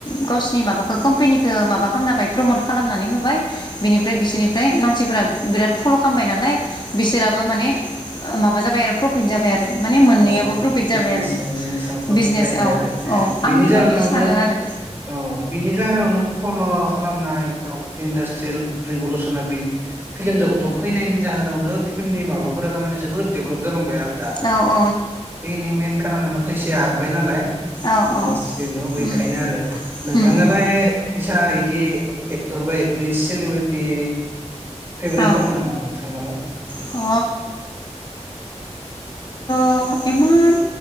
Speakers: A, on the left; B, on the right.
A: गावसिनि माबाखौ कम्पेनिखौ माबा खामना होबाय। प्रमट खालामनानै होबाय बिनिफ्राय बिसोरनि ओमफ्राय मानसिफोरा बिराद फल' खामबाय नालाय बिसोराबो माने ओ माबा जाबाय आरो प्रफिट जाबाय आरो। माने मोननैयाबो
B: औ
A: प्रफिट जाबाय
B: बिजनेस
A: आरो
B: बिजनेसाव प्रफिट
A: बिजनेस
B: जाहैबाय
A: औ
B: आरो
A: औ
B: बिनि
A: आंनिबा
B: जाहोनावनो
A: बिदि सानो आरो
B: औ बिनि जाहोनावनो फल' खालामनाय गाव इन्डासट्रियेल रिभलुसनना बि फिल्म जगथाव फैनायनि जाहोनावनो फिल्मनि माबाफोरा थारमाने जोबोद डेभलप जालांबाय आरो। दा
A: औ औ‌।
B: बेनि मेन कारनानो फैसाया हाबबाय नालाय
A: औ
B: इन्डास्ट्रियाव
A: औ
B: बेखायनो
A: उम
B: आरो नोंथाङालाय
A: उम उम
B: फैसा बिदि एक्टर बा एक्ट्रिस सिलिब्रिटि फेभरेट
A: औ
B: दङ नामा नोंथांनाबो?
A: अ अ एमान